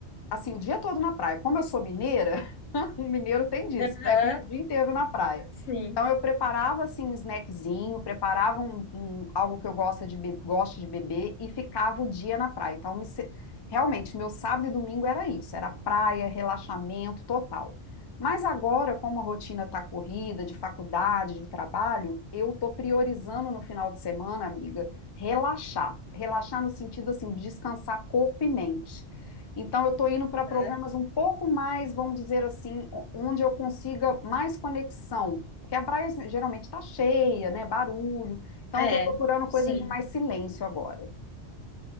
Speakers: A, on the left (about 35°); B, on the left (about 85°).
A: assim, o dia todo na praia. Como eu sou mineira, <laughs> o mineiro tem disso,
B: Aham,
A: né? Fica o dia inteiro na praia.
B: sim.
A: Então eu preparava assim um snackzinho, preparava um, um- algo que eu gosto de, be- gosto de beber e ficava o dia na praia. Então me se- realmente meu sábado e domingo era isso, era praia, relaxamento total. Mas agora, como a rotina está corrida, de faculdade, de trabalho, eu tô priorizando no final de semana, amiga, relaxar. Relaxar no sentido assim de descansar corpo e mente. Então, eu estou indo para programas
B: Aham.
A: um pouco mais, vamos dizer assim, o- onde eu consiga mais conexão. Porque a praia assim, geralmente está cheia, né? Barulho. Então,
B: É,
A: eu estou procurando
B: sim.
A: coisas de mais silêncio agora.